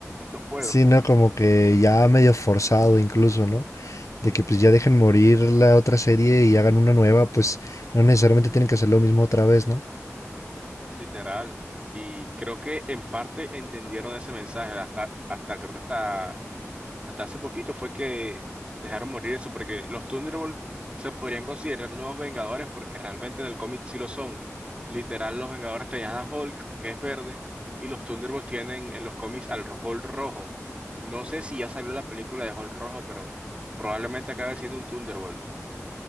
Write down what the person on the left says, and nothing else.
Sí, no, como que ya medio forzado incluso, ¿no? De que pues ya dejen morir la otra serie y hagan una nueva, pues no necesariamente tienen que hacer lo mismo otra vez, ¿no?